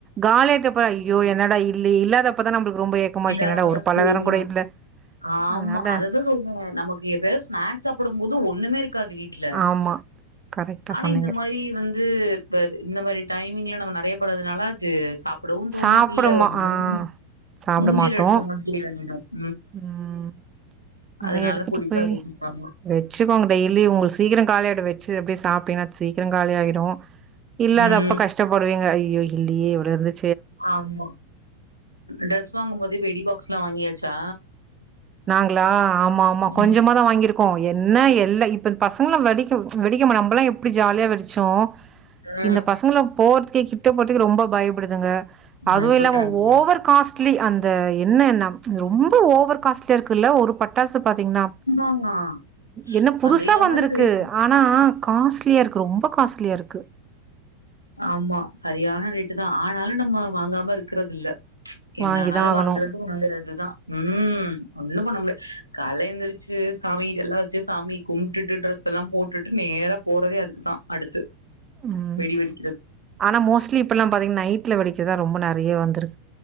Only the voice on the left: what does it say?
இல்லாதமதான்
தெரியணும்
ஆமா
அததான் சொல்வ நமக்கு எதவாது ஸ்னாக்ஸ் சாப்பிடும் போது ஒண்ணுே இருக் இருக்காது வீட்ல
ஆனா
இந்த மாரி வந்து இந்த மாரி டைமிங்ல நம்ம பேபட்றதுனால அது சாப் சாப்பிடவும் தோணாதுல
ஒரு மாரி
மூஞ்சில
அடிச்ச மாதிரி ஆயிடும் <unintelligible>
அதனால
புடிக்காது
சுத்தமா
ம்
ஆமா ட்ரெஸ் வாங்கும் போது வெடி பாக்ஸ் வாங்கியாச்சா
ம்.
ம்.
பயப்படுறாங்க.
ஆமா.
சரியான
ரேட்.
ஆமா சரியான ரேட்டு தான் ஆனாலும் நம்ம வாங்காம இருக்கறது இல்ல என்னாலும்
வாங்குறது வாங்குறதுதான் உம் ஒன்னும் பண்ண முடியாது காலேல எந்திருச்சு சாமி எல்லாம் வச்சு சாமி கும்ட்டுட்டு ட்ரெஸ் எல்லாம் போட்டுட்டு நேரா போறதே அதுக்குதான் அடுத்து
வெடி வெடி